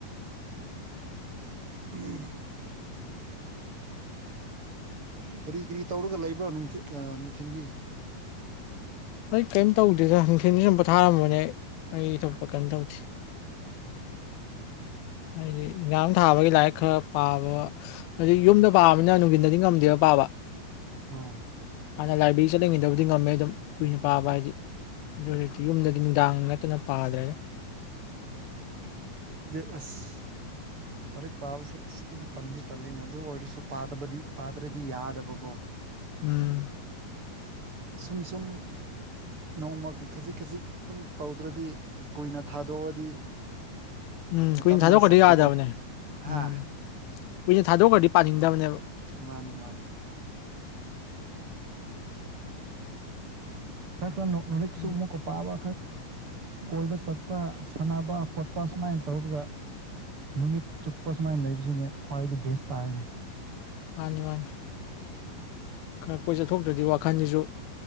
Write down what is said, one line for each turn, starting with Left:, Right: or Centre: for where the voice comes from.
Right: ꯎꯝ ꯀꯔꯤ ꯀꯔꯤ ꯇꯧꯔꯒ ꯂꯩꯕ꯭ꯔꯣ ꯅꯨꯡꯊ ꯑ ꯅꯨꯡꯊꯤꯤꯟꯗꯤ
Left: ꯑꯩ ꯀꯔꯤꯝ ꯇꯧꯗꯦꯗ ꯅꯨꯡꯊꯤꯟꯁꯤ ꯁꯨꯝ ꯄꯣꯊꯥꯔꯝꯕꯅꯦ ꯑꯩ ꯑꯩ ꯊꯣꯛꯄ ꯀꯔꯤꯝ ꯇꯧꯗꯦ
Right: ꯎꯝ
Left: ꯍꯥꯏꯗꯤ ꯌꯥ ꯊꯥꯕꯒꯤ ꯂꯥꯏꯔꯤꯛ ꯈꯔ ꯄꯥꯕ ꯍꯧ ꯌꯨꯝꯗ ꯄꯥꯕꯅꯤꯅ ꯅꯨꯡꯊꯤꯟꯗꯗꯤ ꯉꯝꯗꯦꯕ ꯄꯥꯕ
Right: ꯎꯝ
Left: ꯍꯥꯟꯅ ꯂꯥꯏꯕ꯭ꯔꯦꯔꯤ ꯆꯠꯂꯤꯉꯩꯗꯕꯨꯗꯤ ꯉꯝꯃꯦ ꯑꯗꯨꯝ ꯀꯨꯏꯅ ꯄꯥꯕ ꯍꯥꯏꯗꯤ ꯑꯗꯨ ꯍꯧꯖꯤꯛꯇꯤ ꯌꯨꯝꯗꯗꯤ ꯅꯨꯡꯗꯥꯡ ꯅꯠꯇꯅ ꯄꯥꯗ꯭ꯔꯦ
Right: ꯑꯦꯁ ꯂꯛ ꯄꯥꯕꯁꯦ ꯑꯗꯨꯝ ꯇꯝꯗꯤ ꯇꯜꯂꯤꯅꯦ ꯑꯗꯨ ꯑꯣꯏꯔꯁꯨ ꯄꯥꯗꯕꯗꯤ ꯄꯥꯗ꯭ꯔꯗꯤ ꯌꯥꯗꯕꯀꯣ
Left: ꯎꯝ
Right: ꯁꯨꯝ ꯁꯨꯝ ꯅꯣꯡꯃꯒꯤ ꯈꯖꯤꯛ ꯈꯖꯤꯛ ꯑꯗꯨꯝ ꯇꯧꯗ꯭ꯔꯗꯤ ꯀꯨꯏꯅ ꯊꯥꯗꯣꯛꯑꯗꯤ
Left: ꯎꯝ
Right: ꯃꯇꯝ
Left: ꯀꯨꯏꯅ ꯊꯥꯗꯣꯛꯈ꯭ꯔꯗꯤ
Right: ꯌꯥꯝ ꯆꯪꯕꯀꯣ
Left: ꯌꯥꯗꯕꯅꯦ
Right: ꯍꯥ
Left: ꯎꯝ ꯀꯨꯏꯅ ꯊꯥꯗꯣꯛꯈ꯭ꯔꯗꯤ ꯄꯥꯅꯤꯡꯗꯕꯅꯦꯕ
Right: ꯃꯥꯅꯤ ꯃꯥꯅꯤ <inaudible> ꯂꯥꯏꯔꯤꯛꯁ
Left: ꯎꯝ
Right: ꯑꯃꯨꯛꯀ ꯄꯥꯕ ꯀꯣꯏꯕ ꯆꯠꯄ ꯁꯥꯟꯅꯕ ꯈꯣꯠꯄ ꯁꯨꯃꯥꯏꯅ ꯇꯧꯔꯒ ꯅꯨꯃꯤꯠ ꯆꯨꯞꯄ ꯁꯨꯃꯥꯏꯅ ꯂꯩꯕꯁꯤꯅꯦ ꯈ꯭ꯋꯥꯏꯗꯒꯤ ꯕꯦꯁ ꯇꯥꯔꯦꯅꯦ
Left: ꯃꯥꯅꯤ ꯃꯥꯅꯤ ꯈꯔ ꯀꯣꯏ ꯆꯠꯊꯣꯛꯇ꯭ꯔꯗꯤ ꯋꯥꯈꯜꯁꯤꯁꯨ